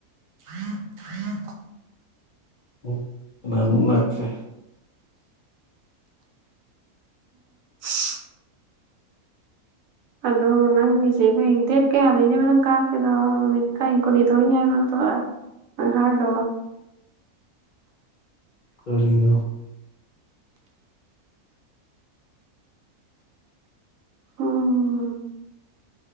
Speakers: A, on the right; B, on the left.
A: ꯍ ꯍ
B: ꯎ ꯅꯅ ꯂꯥꯛꯈ꯭ꯔꯦ
A: <inaudible> ꯑꯗꯣ ꯅꯪꯒꯤꯁꯦ ꯑꯩꯈꯣꯏ ꯗꯦꯠ ꯀꯌꯥꯗꯅꯦꯕ ꯅꯪ ꯀꯥꯞꯀꯗꯣ ꯅꯨꯃꯤꯠ ꯀ ꯀꯨꯟꯅꯤꯊꯣꯏꯅꯤ ꯍꯥꯏꯕꯍꯔꯗꯣ
B: ꯀꯔꯤꯅꯣ
A: ꯎꯝ